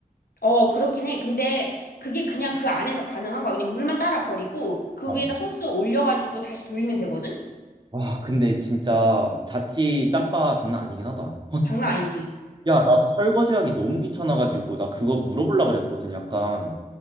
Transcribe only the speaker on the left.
어, 그렇긴 해. 근데 그게 그냥 그 안에서 가능한 거야. 그냥 물만 따라 버리고 그
위에다 소스 올려가지고 다시 돌리면 되거든?
장난 아니지.